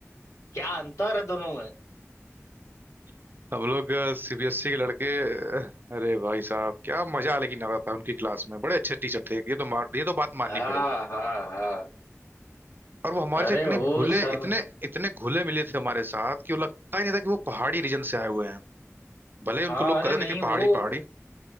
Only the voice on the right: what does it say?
<laughs> हम लोग सीबीएसई के लड़के uh, अरे भाई साहब क्या मजा लेकिन आता था उनकी क्लास में बड़े अच्छे टीचर थे ये तो मार, ये तो बात माननी
पड़ेगी
और वो हमारे
से इतने
घुले
इतने इतने घुले मिले थे हमारे साथ कि वो लगता ही नहीं था कि वो पहाड़ी रीजन से आए हुए हैं भले ही उनको
लोग
कहते
थे कि
पहाड़ी पहाड़ी